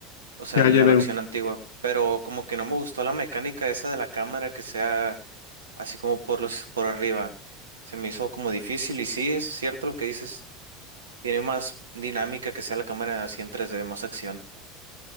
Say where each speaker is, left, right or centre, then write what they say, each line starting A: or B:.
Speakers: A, on the right; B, on the left.
A: o sea,
B: ya,
A: la
B: ya veo.
A: versión antigua, pero como que no me gustó la mecánica esa de la cámara que sea así como por los, por arriba. Se me hizo como difícil y sí, es cierto lo que dices Tiene más dinámica que sea la cámara así en tres d más acción.